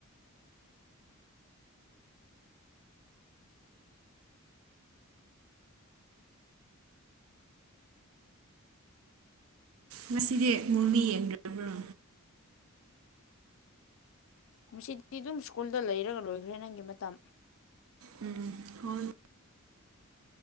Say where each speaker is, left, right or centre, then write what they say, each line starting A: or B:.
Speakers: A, on the right (about 65°); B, on the left (about 60°).
A: ꯉꯁꯤꯗꯤ ꯃꯨꯕꯤ ꯌꯦꯡꯗ꯭ꯔꯕ꯭ꯔꯣ
B: ꯉꯁꯤꯗꯤ ꯑꯗꯨꯝ ꯁ꯭ꯀꯨꯜꯗ ꯂꯩꯔꯒ ꯂꯣꯏꯈ꯭ꯔꯦ ꯅꯪꯒꯤ ꯃꯇꯝ
A: ꯎꯝ ꯍꯣꯏ